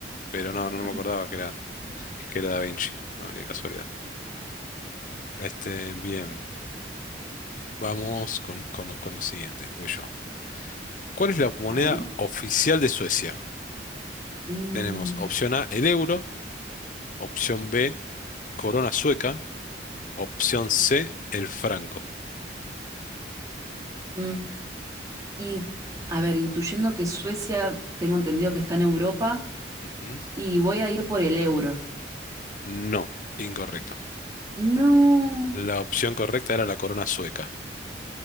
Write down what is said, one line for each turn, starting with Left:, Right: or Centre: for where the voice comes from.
Left: Pero no, no,
Right: Ah,
Left: no me
Right: sí.
Left: acordaba que era, que era Da Vinci, no, ni de casualidad. Este, bien, vamos con, con, con lo siguiente, voy yo. ¿Cuál es la moneda
Right: Está bien.
Left: oficial de Suecia?
Right: Mm,
Left: Tenemos opción A, el euro, opción B, corona sueca, opción C, el franco.
Right: mm. Y, a ver, intuyendo que Suecia, tengo entendido que está en Europa,
Left: Ujú.
Right: y voy a ir por el euro.
Left: No, incorrecto.
Right: No,
Left: La opción correcta era la corona sueca.